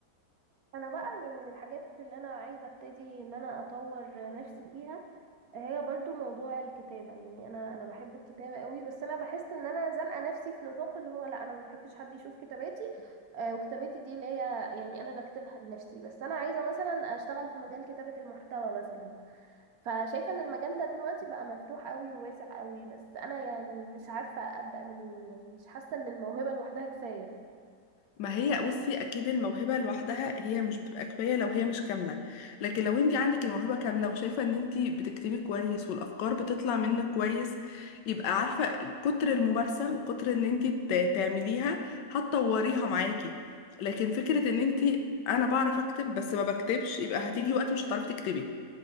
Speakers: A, on the right (about 65°); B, on the left (about 75°).
A: انا بقى يعني من الحاجات اللي انا عايزة ابتدي ان انا اطور نفسي فيها هي برضو موضوع الكتابة يعني انا انا بحب الكتابة قوي بس انا بحس ان انا زنقة نفسي في نطاق اللي هو لا انا ما بحبش حد يشوف كتاباتي آه، وكتاباتي دي اللي هي يعني انا بكتبها لنفسي بس انا عايزة مثلا اشتغل في مجال كتابة المحتوى مثلا فشايفة ان المجال ده دلوقتي بقى مفتوح قوي وواسع قوي بس انا يعني مش عارفة ابدأ منين يعني مش حاسة ان الموهبة لوحدها كفاية
B: ما هي بصي اكيد الموهبه لوحدها هي مش بتبقى كفايه لو هي مش كامله لكن لو انت عندك الموهبه كامله وشايفه ان انت بتكتبي كويس والافكار بتطلع منك كويس يبقى عارفه كتر الممارسه وكتر ان انت ت- تعمليها هتطوريها معاكي لكن فكره ان انت انا بعرف اكتب بس ما بكتبش يبقى هتيجي وقت مش هتعرفي تكتبي